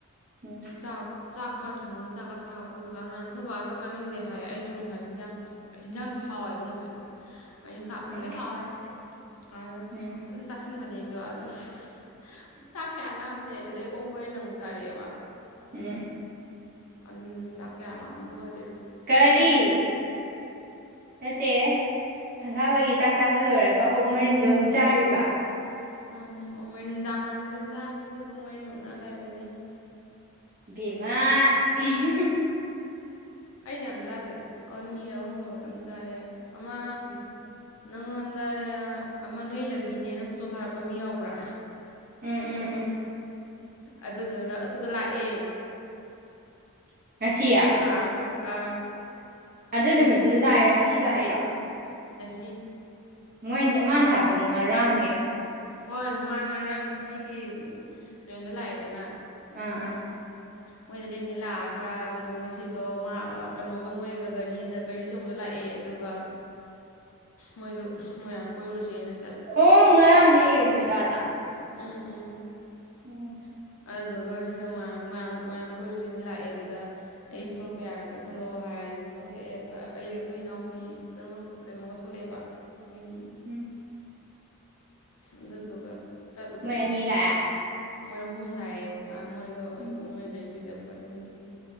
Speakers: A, on the right; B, on the left.
A: ꯎꯝ
B: ꯆꯥꯛ ꯆꯥꯛ ꯈꯔ ꯊꯣꯡꯉꯅꯤ ꯆꯥꯛ ꯑꯁꯥꯕ ꯑꯗꯨꯒ ꯆꯥꯅꯔꯅꯤ ꯑꯩꯈꯣꯏꯕꯥꯖꯨ ꯆꯥꯛ ꯆꯥꯅꯤꯡꯗꯦ ꯍꯥꯏ ꯑꯩꯖꯨ ꯉꯁꯥꯏ ꯍꯤꯟꯖꯥꯡ ꯍꯤꯟꯖꯥꯡꯗꯣ ꯍꯥꯎꯋꯦꯕ ꯉꯁꯥꯏꯗꯣ ꯉꯔꯤꯟꯈꯥꯒ
A: ꯎꯝ
B: ꯂꯣꯏ ꯍꯥꯎꯋꯦ ꯐꯖꯅ
A: ꯎꯝ
B: ꯆꯁꯤ ꯕꯅꯦ ꯑꯩꯖꯨ ꯑꯗꯨ ꯑꯁ ꯆꯥꯛ ꯀꯌꯥ ꯂꯥꯝꯗꯦ ꯑꯗꯨꯗꯩ ꯑꯣꯛ ꯃꯔꯤꯟ ꯑꯃꯨꯛ ꯆꯥꯔꯛꯑꯦꯕꯥ
A: ꯎꯝ
B: ꯑꯗꯨꯗꯨꯅ ꯆꯥꯛ ꯀꯌꯥ ꯂꯥꯝꯕ ꯑꯣꯏ
A: ꯀꯔꯤ ꯅꯠꯇꯦ ꯁꯪꯒꯥꯕꯒꯤ ꯆꯥꯛ ꯆꯥꯕ ꯂꯣꯏꯔꯒ ꯑꯣꯛ ꯃꯔꯤꯟꯖꯨ ꯑꯃꯨꯛ ꯆꯥꯔꯤꯕ
B: ꯎꯝ ꯑꯣꯛ ꯃꯔꯤꯟ ꯅꯨꯡꯗꯥꯡ ꯋꯥꯏꯔꯝꯗꯅꯤꯗ ꯑꯗꯨꯗꯤ ꯄꯨꯡ ꯃꯔꯤ ꯃꯉꯥ ꯑꯗ꯭ꯋꯥꯏꯗꯅꯤ
A: ꯕꯦꯃꯥ ꯑꯍꯤ ꯍꯤ
B: ꯑꯩꯗꯤ ꯌꯥꯝ ꯆꯥꯗꯦꯗ ꯑꯅꯤꯔ ꯑꯍꯨꯝꯂ ꯈꯇꯪ ꯆꯥꯏꯌꯦ ꯑꯃ
A: ꯎꯝ
B: ꯅꯪꯉꯣꯟ ꯗ ꯑꯃ ꯅꯣꯏ ꯂꯝꯕꯤꯅꯦꯅ ꯐꯣꯇꯣ ꯊꯥꯔꯛꯄ ꯃꯤ ꯌꯥꯎꯕ꯭ꯔꯥ
A: ꯎꯝ
B: ꯑꯩ
A: ꯎꯝ
B: ꯋꯥꯔꯤꯁꯦ
A: ꯎꯝ
B: ꯑꯗꯨꯗꯨꯅ ꯑꯗꯨꯗꯣ ꯂꯥꯛꯑꯦ
A: ꯎꯝ ꯉꯁꯤ
B: ꯑꯗꯨꯗꯣ ꯂꯥꯛꯑꯒ ꯑꯥ
A: ꯑꯗꯨ ꯅꯨꯃꯤꯠꯇꯨꯗ ꯂꯥꯛꯏꯔꯣ ꯉꯁꯤ ꯂꯥꯛꯏꯔꯣ
B: ꯏ
A: ꯃꯣꯏ ꯃꯥꯅ ꯊꯥꯔꯛꯄꯗꯤ ꯉꯔꯥꯡꯅꯦ
B: ꯍꯣꯏ ꯃꯥ ꯉꯔꯥꯡ ꯁꯤꯒꯤ ꯀꯩꯅꯣꯗ ꯂꯥꯛꯑꯦꯗꯅ
A: ꯑꯥ ꯑꯥ
B: ꯃꯣꯏꯗ ꯂꯦꯛꯅꯤ ꯂꯥꯛꯑꯒ ꯑꯗꯨꯗꯣ ꯉꯁꯤꯗꯣ ꯃꯥꯒ ꯀꯩꯅꯣꯒ ꯃꯣꯏꯒ ꯒꯥꯔꯤꯗ ꯒꯥꯔꯤ ꯑꯆꯧꯕꯗ ꯂꯥꯛꯑꯦ ꯑꯦ ꯑꯗꯨꯒ ꯃꯣꯏꯖꯨ ꯃꯣꯏꯔꯥꯡ ꯀꯣꯏꯔꯨꯖꯦꯅ
A: ꯑꯣ ꯉꯔꯥꯡ ꯂꯦꯛꯑꯦꯕ ꯃꯣꯏꯗꯣ ꯑꯥꯗꯥ
B: ꯎꯝ ꯎꯝ
A: ꯎꯝ
B: ꯑꯗꯨꯗꯨꯒ ꯉꯁꯤꯅ ꯃꯣꯏꯔꯥꯡ ꯃꯣꯏꯔꯥꯡ ꯃꯣꯏꯔꯥꯡ ꯀꯣꯏꯔꯨꯁꯤꯅ ꯂꯥꯛꯑꯦ ꯑꯗꯨꯗ ꯑꯩ
A: ꯎꯝ
B: ꯊꯣꯛꯂꯛꯄ ꯌꯥꯒꯗ꯭ꯔꯥ ꯊꯣꯛꯂꯛꯑꯣ ꯍꯥꯏꯌꯦ ꯑꯗꯨ ꯊꯣꯛꯂꯛꯑꯦ ꯑꯩꯒ ꯑꯩꯈꯣꯏ ꯏꯅꯥꯎꯄꯤ ꯀꯩꯅꯣ ꯀꯩꯅꯣꯒ ꯊꯣꯛꯂꯛꯑꯦꯕ ꯃꯤꯡ
A: ꯎꯝ
B: ꯑꯗꯨꯗꯨꯒ ꯆꯠꯂꯨꯕꯅꯦ
A: ꯃꯣꯏ ꯑꯅꯤ ꯂꯥꯛꯑꯦ
B: ꯃꯣꯏ ꯑꯍꯨꯝ ꯂꯥꯛꯑꯦ ꯑꯥ ꯃꯣꯏꯗꯣ ꯑꯩꯅ
A: ꯎꯝ
B: ꯑꯣꯛ ꯃꯔꯤꯟ ꯂꯩꯔꯒ ꯄꯤꯖꯕ ꯂꯨꯄꯥ ꯆꯅꯤꯒꯤ